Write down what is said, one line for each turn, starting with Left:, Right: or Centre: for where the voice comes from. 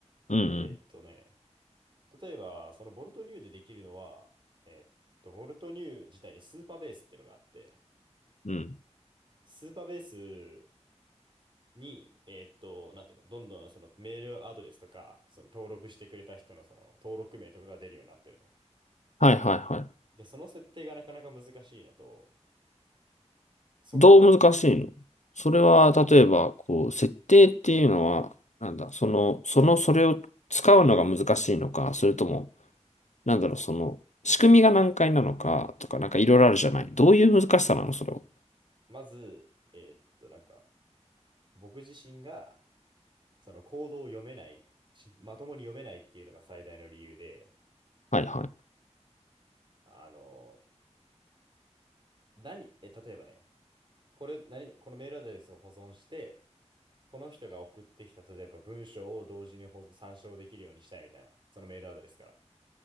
Left: うん、
Right: えっとね、例えば、そのボルトニューでできるのは、えっと、ボルトニュー自体にスーパーベースっていうのがあって、
Left: うん、うん。
Right: スーパーベースに、えーっと、なんていうの、どんどんそのメールアドレスとか、その登録してくれた人のその登録名とかが出るようになってるの。
Left: はいはいはい。
Right: で、その設定がなかなか難しいのと、そこからこ、
Left: どう難しいのそれは、例えば、こう、設定っていうのは、なんだ、その、その、それを使うのが難しいのか、それとも、なんだろう、その、仕組みが難解なのか、とか、なんかいろいろあるじゃない。
Right: うん
Left: どういう難しさなのそれは。
Right: まず、えーっと、なんか、僕自身が、そのコードを読めない、ちまともに読めないっていうのが最大の理由で、
Left: はいはい。
Right: あの、何、え、例えばね、これ、何、このメールアドレスを保存して、この人が送ってきた、例えば文章を同時に保存参照できるようにしたいみたいな、そのメールアドレスから。